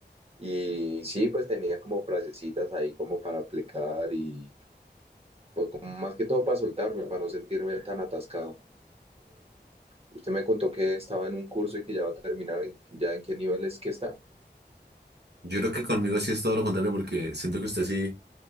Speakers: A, on the right (about 35°); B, on the right (about 70°).
A: Y sí, pues tenía como frasecitas ahí como para aplicar y pues como más que todo para soltarme, para no sentirme tan atascado. Usted me contó que estaba en un curso y que ya va a terminar, ¿en- ¿ya en qué niveles que está?
B: Yo creo que conmigo sí es todo lo contrario porque siento que usted sí